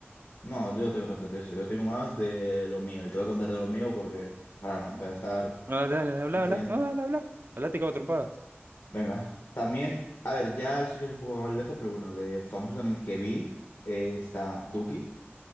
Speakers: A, on the left; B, on the right.
A: no, yo no tengo tanto de eso. Yo tengo más de lo mío y te voy a contar de lo mío porque para no, para estar
B: No, dale, dale, habla,
A: en silencio.
B: habla. No, dale, habla. Habla, te cago a trompadas.
A: Venga, también, a ver, ya eso ya es un poco más lejos, pero bueno, de famoso también que vi eh, está Duki,